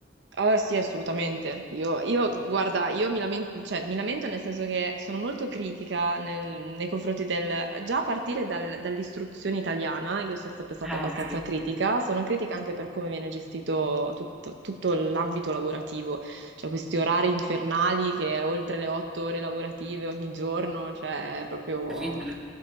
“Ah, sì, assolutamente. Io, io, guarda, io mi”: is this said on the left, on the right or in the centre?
Right